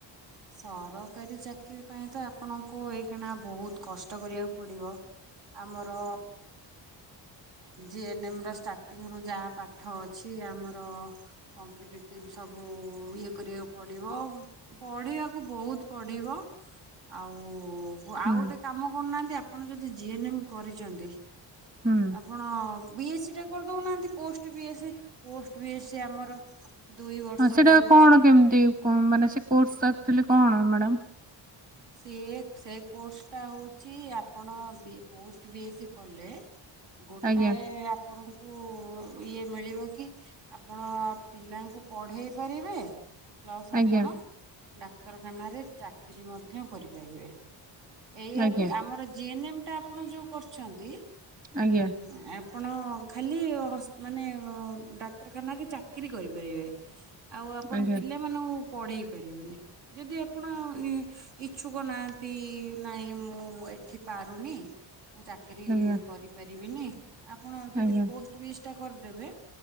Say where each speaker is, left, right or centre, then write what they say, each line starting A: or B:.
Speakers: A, on the right; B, on the right.
A: ସରକାରୀ ଚାକିରୀ ପାଇଁ ତ ଆପଣଙ୍କୁ ଏଇକ୍ଷୀଣଆ ବହୁତ - କଷ୍ଟ କରିବାକୁ ପଡିବ ଆମର ଜିଏନ୍ ଏମ୍ ର ଷ୍ଟାର୍ଟିଂ ରୁ ଯାହା ପାଠ ଅଛି ଆମର କମ୍ପିଟେଟିଭ ସବୁ ଇଏ କରିବାକୁ ପଡିବ। ପଢିବାକୁ ବହୁତ ପଢିବ ଆଉ ଆଉ
B: ହୁଁ
A: ଗୋଟେ କାମ କରୁନାହାନ୍ତି ଆପଣ ଯଦି ଜିଏନ ଏମ୍ କରିଛନ୍ତି
B: ହୁଁ
A: ଆପଣ- ବି ଏ ସି ଟା କରିଦଉନାହାନ୍ତି ପୋଷ୍ଟ ବି ଏ ସି ପୋଷ୍ଟ ବି ଏ ସି ଆମର। ଦୁଇ ବର୍ଷ
B: ହଁ ସେଟା
A: ପଡୁଛି
B: କଣ କେମିତି ମାନେ ସେ କୋର୍ସ ଆକଚୁଆଲି କଣ ମ୍ୟାଡାମ?
A: ସିଏ ସେ କୋର୍ସ ଟା ହଉଛି ଆପଣ ପୋଷ୍ଟ ବିଏସି କଲେ - ଗୋଟାଏ
B: ଆଜ୍ଞା
A: ଆପଣଙ୍କୁ ଇଏ ମିଳିବ କି ଆପଣ ପିଲାଙ୍କୁ ପଢେଇ ପାରିବେ ପ୍ଲସ୍ ଆପଣ
B: ଆଜ୍ଞା
A: ଡାକ୍ତରଖାନାରେ ଚାକିରି ମଧ୍ୟ କରିପାରିବେ। ଏଇଆ
B: ଆଜ୍ଞା
A: କି ଆମର ଜି ଏନ ଏମ ଟା ଆପଣ ଯୋଉ କରିଛନ୍ତି -
B: ଆଜ୍ଞା
A: ଆପଣ ଖାଲି ମାନେ ଡାକ୍ତରଖାନାରେ ଚାକିରି କରିପାରିବେ। ଆଉ ଆପଣ
B: ଆଜ୍ଞା
A: ପିଲାମାନଙ୍କୁ ପଢେଇ ପାରିବେନି ଯଦି ଆପଣ- ଇଛୁକ ନାହାନ୍ତି ନାଇଁ ମୁଁ ଏଠି ପାରୁନି ମୁଁ ଚାକି ଚାକିରି
B: ଆଜ୍ଞା
A: କରିପାରିବିନି ଆପଣ ଯଦି
B: ଆଜ୍ଞା ଆଜ୍ଞା
A: ପୋଷ୍ଟ ବିସ୍ ଟା କରିଦେବେ-